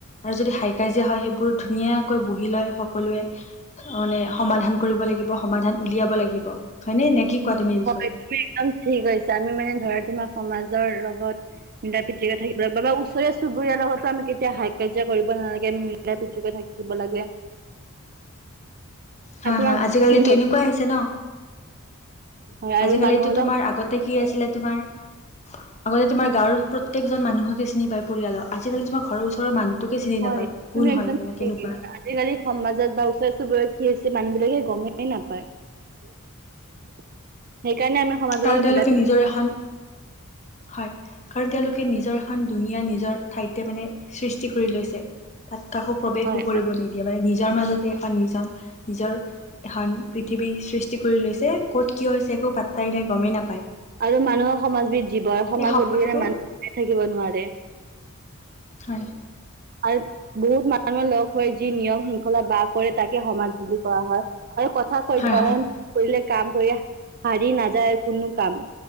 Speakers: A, on the left; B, on the right.
A: আৰু যদি হাই কাজিয়া হয় সেইবোৰ ধুনীয়াকৈ বহি লৈ সকলোৱে। মানে সমাধান কৰিব লাগিব সমাধান উলিয়াব লাগিব হয় নে, নে কি কোৱা তুমি এই
B: হয়
A: বিষয়ত?
B: তুমি একদম ঠিক কৈছা আমি মানে ধৰা তোমাৰ সমাজৰ লগত মিলা প্ৰীতিৰে থাকিব লাগিব, বা ওচৰীয়া চুবুৰীয়াৰ লগতো আমি কেতিয়াও হাই কাজীয়া কৰিব নালাগে আমি মিলা-প্ৰীতিকৈ থাকিব লাগে।
A: হয়
B: আৰু তোমাৰ
A: হয় আজিকালিতো এনেকুৱাই হৈছে ন,
B: হয় আৰু
A: আজিকালিতো
B: মানুহো
A: তোমাৰ আগত তে কি আছিলে তোমাৰ আগতে তোমাৰ গাওঁৰ প্ৰত্যেকজন মানুহকে চিনি পায় পৰিয়ালৰ, আজিকালি তোমাৰ ঘৰৰ ওচৰৰ মানুহ টোকে চিনি
B: হয়
A: নাপায়,
B: তুমি
A: কোন
B: একদম
A: হয় মানে
B: ঠিক
A: কেনেকুৱা।
B: কৈছা আজিকালি সমাজত বা ওচৰ চুবুৰীয়াত কি হৈছে মানুহ বিলাকে গমেই নাপায়। সেইকাৰণে আমি সমাজৰ
A: কাৰণ
B: লগত
A: তেওঁলোকে
B: মিলা- প্ৰীতি
A: নিজৰ এখন হয়। কাৰণ তেওঁলোকে নিজৰ এখন দুনীয়া নিজৰ ঠাইতে মানে সৃষ্টি কৰি লৈছে। তাত কাকো প্ৰৱেশো
B: হয়
A: কৰিব নিদিয়ে মানে নিজৰ মাজতে এখন নিজৰ নিজৰ এখন পৃথিৱী সৃষ্টি কৰি লৈছে ক'ত কি হৈছে একো পাট্টাই নাই গমেই নাপায়।
B: আৰু মানুহৰ সমাজবিধ জীৱই সমাজ
A: এই সকলোবোৰ
B: অবিহনে মানুহে থাকিব নোৱাৰে।
A: হয়।
B: আৰু বহুত মানুহে লগ হৈ যি নিয়ম শৃংখলা বাস কৰে তাকে সমাজ বুলি কোৱা হয়। আৰু কথা কয়
A: হয়
B: যে
A: হয়
B: কৰিলে কাম কৰি হাৰি নাযায় কোনো কাম।